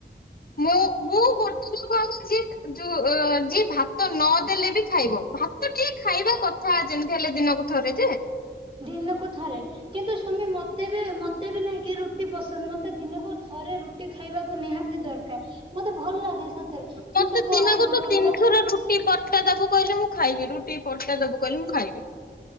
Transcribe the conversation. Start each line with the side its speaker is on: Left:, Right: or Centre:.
Left: ମୁଁ ମୁଁ ଗୋଟେ ଲୋକ ଆ ଯିଏ ଯୋଉ ଯୋ ଯିଏ ଭାତ ନଦେଲେ ବି ଖାଇବ ଭାତ ଟିକେ ଖାଇବା କଥା ଯେମିତି ହେଲେ ଦିନକୁ ଥରେ ଯେ
Right: ଦିନକୁ ଥରେ କିନ୍ତୁ ସୁମୀ ମତେ ବି ମତେ ବି ନାଇକି ରୁଟି ପସନ୍ଦ ମତେ ଦିନକୁ ଥରେ ରୁଟି ଖାଇବାକୁ ନିହାତି ଦରକାର ମତେ ଭଲ ଲାଗେ। ସତରେ କିନ୍ତୁ
Left: ମତେ
Right: କଣ
Left: ଦିନକୁ
Right: ଏଇ ଘର
Left: ତୁ ତିନିଥର
Right: ଭଡା
Left: ରୁଟି ପରଟା ଦବୁ କହିଲେ ମୁଁ ଖାଇବି ରୁଟି ପରଟା ଦବୁ କହିଲି ମୁଁ ଖାଇବି